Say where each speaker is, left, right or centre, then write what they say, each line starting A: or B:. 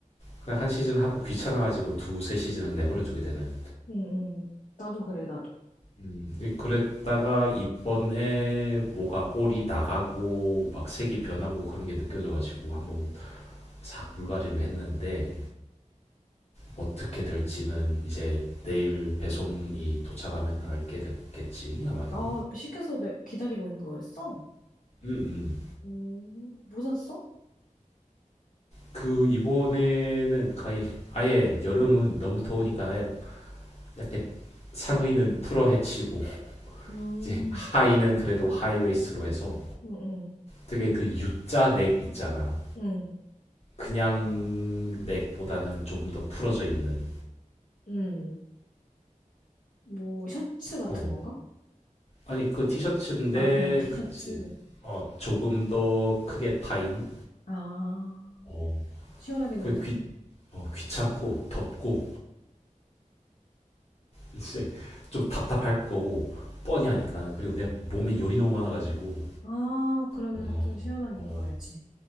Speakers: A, on the left; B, on the left.
A: 그냥 한 시즌 하고 귀찮아가지고 두세 시즌을 내버려 두게 되는.
B: 응, 응. 나도 그래, 나도.
A: 음, 이- 그랬다가 이번에 뭐가 올이 나가고 막 색이 변하고 그런 게 느껴져가지고 한번 싹 물갈이를 했는데 어떻게 될지는 이제 내일 배송이 도착하면 알게 됐겠지 아마도.
B: 아, 시켜서 내, 기다리고 있는 거였어?
A: 음, 음.
B: 음, 뭐 샀어?
A: 그 이번에는 거의 아예 여름은 너무 더우니까 아예 이렇게 상의는 풀어 헤치고 <laughs>
B: 음,
A: 이제 하의는 그래도 하이웨이스트로 해서
B: 음, 음,
A: 되게 그 U자 넥 있잖아.
B: 음,
A: 그냥 넥보다는 조금 더 풀어져 있는.
B: 음. 뭐, 셔츠 같은
A: 어.
B: 건가?
A: 아니 그 티셔츠인데
B: 아, 그냥 티셔츠.
A: 그치. 어 조금 더 크게 파인.
B: 아,
A: 어.
B: 시원하겠는데?
A: 그 귀, 어, 귀찮고 덥고 이제 좀 답답할 거고 뻔히 하니까 그리고 내 몸에 열이 너무 많아가지고
B: 아, 그러면
A: 와,
B: 좀 시원하게
A: 어.
B: 입어야지.